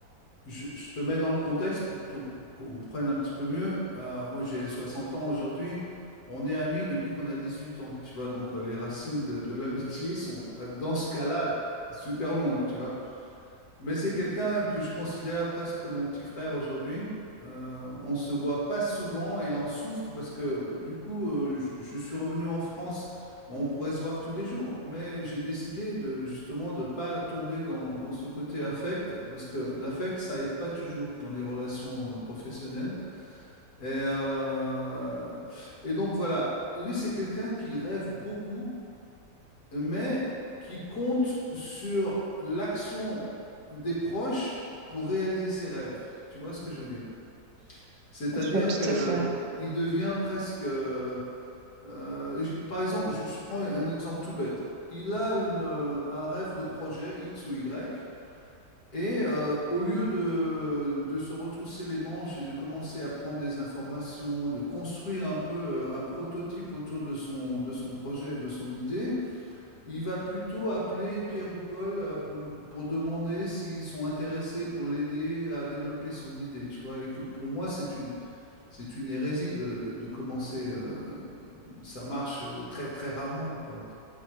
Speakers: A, on the left; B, on the right.
A: Je, je te mets dans le contexte pour que tu comprennes un petit peu mieux. Euh, moi, j'ai 60 ans aujourd'hui. On est amis depuis qu'on a 18 ans, tu vois. Donc, euh, les racines de, de l'amitié sont, euh, dans ce cas-là, super longues, tu vois. Mais c'est quelqu'un que je considère presque comme mon petit frère aujourd'hui. Euh, on se voit pas souvent et il en souffre parce que du coup, euh, je, je suis revenu en France. On pourrait se voir tous les jours, mais j'ai décidé de justement de pas tomber dans, dans ce côté affect parce que l'affect ça aide pas toujours dans les relations euh, professionnelles. Et, euh, et donc voilà, lui c'est quelqu'un qui rêve beaucoup mais qui compte sur l'action des proches pour réaliser ses rêves. Tu vois ce que je veux dire? C'est-à-dire
B: Je vois tout
A: que
B: à fait, ouais.
A: il devient presque. euh, euh, j- par exemple, je, je prends un exemple tout bête. Il a une, euh, un rêve de projet X ou Y, et euh, au lieu de, de se retrousser les manches et de commencer à prendre des informations, de construire un peu euh, un prototype autour de son, de son projet, de son idée, il va plutôt appeler Pierre ou Paul euh, pour, lui- pour demander s'ils sont intéressés pour l'aider à développer son idée, tu vois. Et que pour moi, c'est une, c'est une hérésie de, de- de commencer. euh, ça marche euh, très, très rarement, quoi.